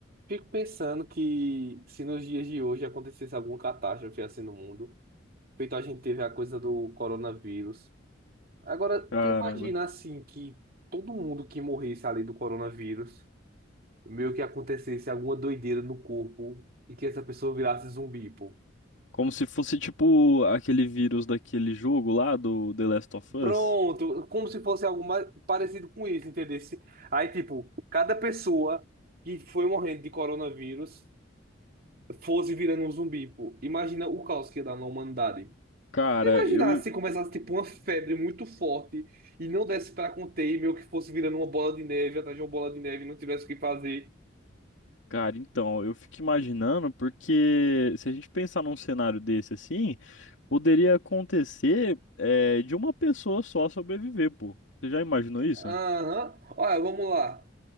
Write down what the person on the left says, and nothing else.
Caramba.
Como se fosse tipo aquele vírus daquele jogo lá do The Last of
Us.
Cara,
eu.
Cara, então, eu fico imaginando porque se a gente pensar num cenário desse assim, poderia acontecer é, de uma pessoa só sobreviver, pô. Você já imaginou isso?